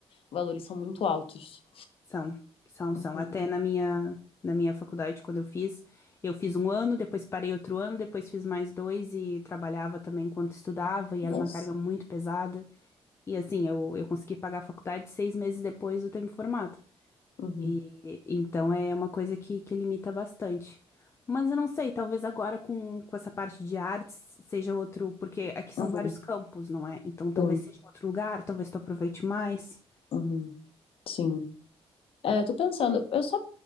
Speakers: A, on the left; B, on the left.
A: valores são muito altos.
B: são, são, são.
A: Uhum.
B: Até na minha na minha faculdade quando eu fiz, eu fiz um ano, depois parei outro ano, depois fiz mais dois e trabalhava também enquanto estudava e
A: Nossa.
B: era uma carga muito pesada. E assim, eu, eu consegui pagar a faculdade seis meses depois de eu ter me formado.
A: Uhum.
B: E, então é uma coisa que, que limita bastante. Mas eu não sei, talvez agora com, com essa parte de artes seja outro, porque aqui são
A: Uhum.
B: vários campos, não é? Então talvez
A: Uhum.
B: seja
A: Sim.
B: outro lugar, talvez tu aproveite mais.
A: Uhum. Sim. É, eu tô pensando, eu só